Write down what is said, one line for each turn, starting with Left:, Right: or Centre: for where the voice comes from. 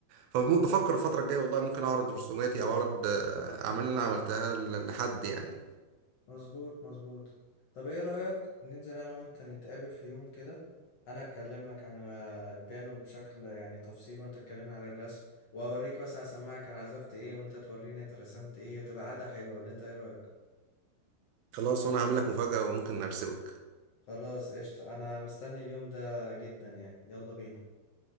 Right: فبفكر الفتره الجايه والله ممكن اعرض رسوماتي او اعرض آه، اعمال اللي انا عملتها ل- لحد يعني
Left: مظبوط مظبوط طب ايه رأيك ننزل انا وانت نتقابل في يوم كده انا اتكلم لك عن آه، البيانو بشكل يعني تفصيل وانت تكلمني عن الرسم واوريك مثلا اسمعك انا عزفت ايه وانت توريني انت رسمت ايه تبقى قاعدة حلوة اللي انت ايه رأيك
Right: خلاص وانا هعمل لك مفاجاه وممكن ارسمك
Left: خلاص قشطة انا مستني اليوم ده جدا يعني يلا بينا